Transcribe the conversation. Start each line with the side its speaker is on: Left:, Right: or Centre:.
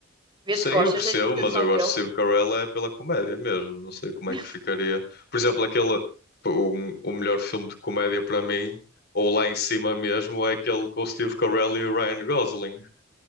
Right: Vê
Left: Sim,
Right: se gostas
Left: eu percebo,
Right: da interpretação
Left: mas eu gosto
Right: dele.
Left: de Steve Carell é pela comédia mesmo. Não sei como
Right: <laughs>
Left: é que ficaria. Por exemplo, aquele um- o melhor filme de comédia para mim, ou lá em cima mesmo, é aquele com o Steve Carell e o Ryan Gosling.